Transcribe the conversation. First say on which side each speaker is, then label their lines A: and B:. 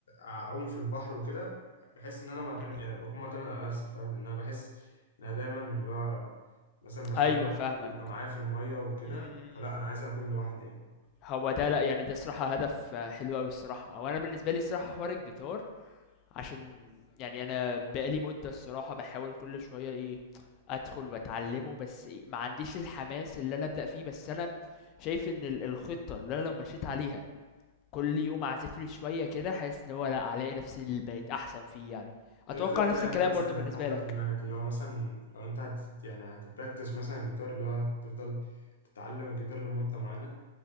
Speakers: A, on the left; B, on the left.
A: اعوم في البحر وكده بحس ان انا معتمد
B: مم.
A: يعني بكون معتمد على نفسي فاهم لان انا بحس ان انا دايما اللي هو مثلا بخلي
B: ايوه
A: حد
B: فاهمك
A: يبقى معايا في الميه وكده
B: مم، مم،
A: فلا
B: مم.
A: انا عايز اكون لوحدي يعني
B: هو ده لا يعني ده صراحه هدف آه، حلو قوي الصراحه وانا بالنسبه لي الصراحه حوار الجيتار عشان يعني انا بقالي مده الصراحه بحاول كل شويه ايه ادخل واتعلمه بس إيه ما عنديش الحماس اللي انا ابدا فيه بس انا شايف ان ال- الخطه اللي انا لو مشيت عليها كل يوم اعزف لي شويه كده حاسس ان هو لا هلاقي نفسي اللي بقيت احسن فيه يعني اتوقع
A: ايه الخطة
B: نفس
A: يعني
B: الكلام
A: مثلا
B: برضو
A: اللي
B: بالنسبه
A: انت حاططها
B: لك
A: في دماغك اللي هو مثلا لو انت هت يعني هتبراكتس مثلا الجيتار اللي هو هتفضل تتعلم الجيتار لمدة معينة